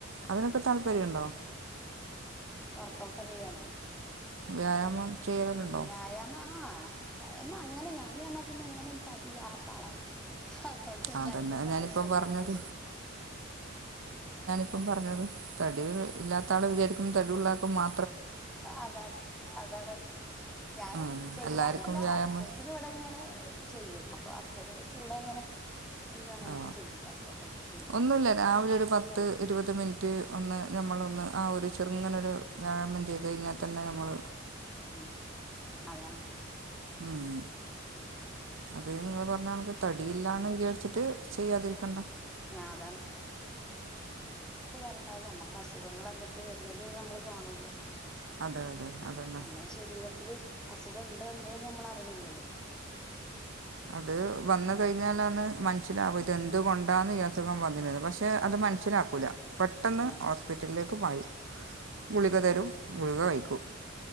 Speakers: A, on the right; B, in the centre.
A: അതിനൊക്കെ താല്പര്യണ്ടോ?
B: വർക്കൗട്ടൊക്കെ ചെയ്യാനോ
A: വ്യായാമം ചെയ്യലുണ്ടോ
B: വ്യായാമം ആഹ് വ്യായാമം അങ്ങനെ ഞാന് പർഞ്ഞാ പിന്നെ അങ്ങനെ ര് തടില്ലാത്ത ആളാണ്. അതൊണ്ട് പിന്നെ
A: അതന്നെ
B: അയിന്റെ ഒന്നും
A: ഞാനിപ്പം
B: ആവശ്യല്ലാറിയാ.
A: പറഞ്ഞത് ആപ്പം പറഞ്ഞത് തടി ഇല്ലാത്താണ് വിചാരി തടിയുളള ആൾക്ക് മാ
B: അതാണ് അതാണ് ഞാന്
A: ആഹ്
B: ചെയ്യായല്ല
A: എല്ലാർക്കും വ്യായാമം
B: ഹസ്ബൻഡിന് ഇവിടെ ഇങ്ങനെ ചെയ്യും അപ്പൊ ഹുസ്ബൻന്റെ കൂടെ അങ്ങനെ നിന്ന് അങ്ങനെയൊക്കെ
A: ആ
B: ചെയ്യും വർക്കഔട്ട് ചെയ്യൊക്കെ
A: ഒന്നുമില്ല
B: ചെയ്യും
A: രാവിലെ ഒരു പത്ത് ഇരുപത് മിനിറ്റ് ഒന്ന് ഞമ്മളൊന്ന് ആ ഒരു ചെറുങ്ങനൊരു വ്യായാമം ചെയ്തു കഴിഞ്ഞാൽ തന്നെ നമ്മൾ
B: ഉം അതാണ്
A: ഉം അത് നിങ്ങള് പറഞ്ഞണക്ക് തടിയില്ലാന്ന് വിചാരിച്ചിട്ട് ചെയ്യാതിരിക്കണ്ട
B: ആ അതാണ് ണ്ടാവില്ല നമ്മക്ക് അസുഖങ്ങൾ എന്തൊക്കെയ വരുന്നത് നമ്മള് കാണൂല്ല
A: അതെ അതെ അതന്നെ
B: നമ്മള ശരീരത്തില് അസു സുഖം ഉണ്ടോ ഇല്ലെന്ന് നമ്മൾ അറിയണില്ലല്ലോ
A: അത് വന്ന കഴിഞ്ഞാലാന്ന് മനസ്സിലാവ എന്തുകൊണ്ടാെന്ന് ഈ അസുഖം വന്നിരുന്നത് പക്ഷെ
B: ആ
A: അത് മനസ്സിലാക്കൂല്ല പെട്ടെന്ന്
B: അതാ
A: ഹോസ്പിറ്റല് ക്ക് പായും
B: ഉം
A: ഗുളിക തരും ഗുളിക കഴിക്കൂ